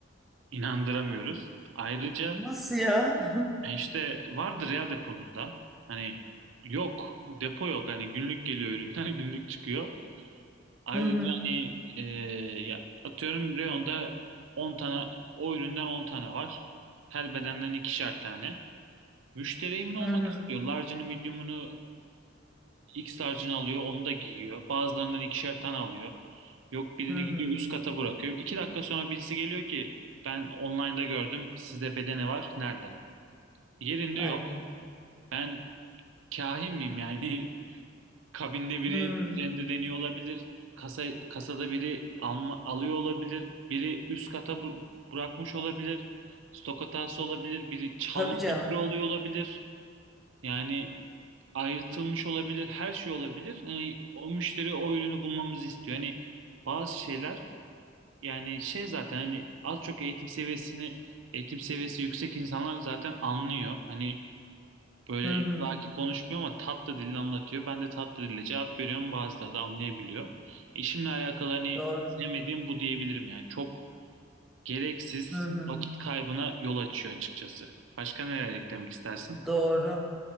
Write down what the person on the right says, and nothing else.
inandıramıyoruz. Ayrıca
e, işte vardır ya deponuzda. Hani yok depo yok. Hani günlük geliyor ürünler <laughs> günlük çıkıyor. Ayrıca
hani e, ya atıyorum reyonda on tane o üründen 10 tane var. Her bedenden ikişer tane. Müşteri emin olmak
istiyor. Large'ını, medium'unu X tarcını alıyor, onu da giyiyor. Bazılarından ikişer tane alıyor. Yok birini
gidiyor üst kata bırakıyor. İki dakika sonra birisi geliyor ki ben online'da gördüm. Sizde bedeni var. Nerede? Yerinde
yok. Ben kahin miyim yani? <laughs> Kabinde biri
üzerinde deniyor olabilir. Kasa, kasada biri alma, alıyor olabilir. Biri üst kata bu- bırakmış olabilir. Stok hatası olabilir. Biri çalmak
üzere oluyor olabilir. Yani ayrıtılmış olabilir, her şey olabilir. Hani o müşteri o ürünü bulmamızı istiyor. Hani bazı şeyler yani şey zaten hani az çok eğitim seviyesini eğitim seviyesi yüksek insanlar zaten anlıyor. Hani böyle
emlaki
konuşmuyor ama tatlı dille anlatıyor. Ben de tatlı dille cevap veriyorum. Bazıları da anlayabiliyor. İşimle alakalı hani
sevmediğim bu diyebilirim yani. Çok gereksiz
vakit kaybına yol açıyor açıkçası. Başka neler eklemek istersin?